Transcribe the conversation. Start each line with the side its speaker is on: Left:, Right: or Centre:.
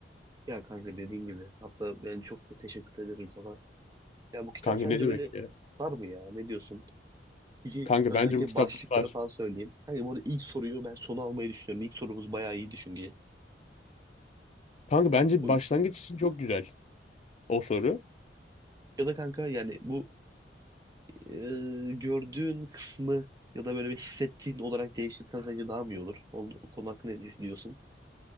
Right: ya kanka dediğin gibi. Hatta ben çok da teşekkür ederim sana. Ya bu kitap
Left: Kanka
Right: sence
Left: ne demek
Right: böyle
Left: ya?
Right: tutar mı ya? Ne diyorsun? Çünkü
Left: Kanka
Right: özellikle
Left: bence bu kitap
Right: başlıkları
Left: tutar.
Right: falan söyleyeyim. Kanka bu arada ilk soruyu ben sona almayı düşünüyorum. İlk sorumuz bayağı iyiydi çünkü.
Left: Kanka bence
Right: Bu,
Left: başlangıç için çok güzel o soru.
Right: ya da kanka yani bu e, gördüğün kısmı ya da böyle bir hissettiğin olarak değiştirsen sence daha mı iyi olur? O, o konu hakkında ne düşünüyorsun?